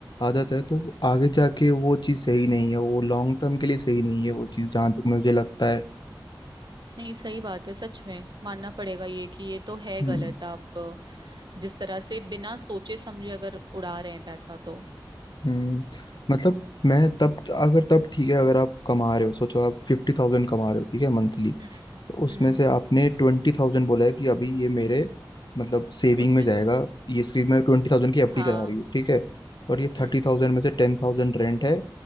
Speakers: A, on the left (about 60°); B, on the right (about 60°).
A: आदत है तो आगे जाके वो चीज़ सही नहीं है वो लॉन्ग टर्म के लिए सही नहीं है वो चीज़ जहाँ तक मुझे लगता है
B: नहीं सही बात है सच में मानना पड़ेगा ये कि ये तो है
A: हम्म
B: गलत आप अ, जिस तरह से बिना सोचे समझे अगर उड़ा रहे हैं पैसा तो
A: हम्म मतलब मैं तब अगर तब ठीक है अगर आप कमा रहे हो सोचो आप फिफ्टी थाउजेंड कमा रहे हो ठीक है मंथली तो
B: हम्म
A: उसमें
B: हम्म
A: से
B: हम्म
A: आपने ट्वेंटी थाउजेंड बोला है कि अभी ये मेरे मतलब सेविंग
B: उसमें
A: में जाएगा
B: स-
A: ये इसकी मैं ट्वेंटी थाउजेंड की एफडी
B: हाँ
A: करा रही हूँ ठीक है और ये
B: हम्म
A: थर्टी थाउजेंड में से टेन थाउजेंड रेंट है